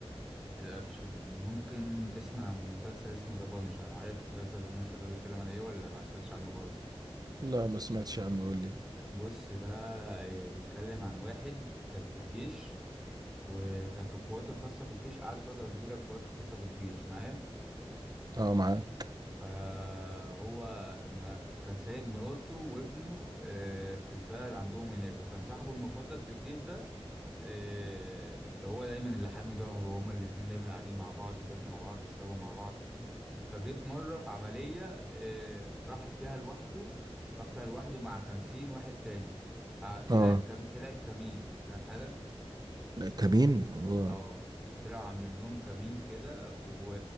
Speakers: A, in the centre; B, on the right.
A: الاكشن ممكن تسمع مسلسل اسمه ذا بانشر عارف مسلسل ذا بانشر ده بيتكلم عن ايه ولا ما سمعتش عنه خالص
B: لا ما سمعتش عنه قول لي
A: بص ده بيتكلم عن واحد كان في الجيش وكان في القوات الخاصة في الجيش قعد فترة كبيرة قوات خاصة في الجيش معايا
B: اه معاك
A: فهو ما كان سايب مراته وابنه آه، في البلد عندهم هناك وكان صاحبه المفضل في الجيش ده آه، هو دايما اللي حامي ظهره وهما الاتنين دايما قاعدين مع بعض وبياكلوا مع بعض ويشربوا مع بعض فجه في مرة في عملية آه، راح فيها لوحده راح فيها لوحده مع خمسين واحد تاني فطلعت
B: اه
A: كم... طلع كمين فاهم حاجة؟
B: كابين آه.
A: اه طلعوا عاملين لهم كمين كده و...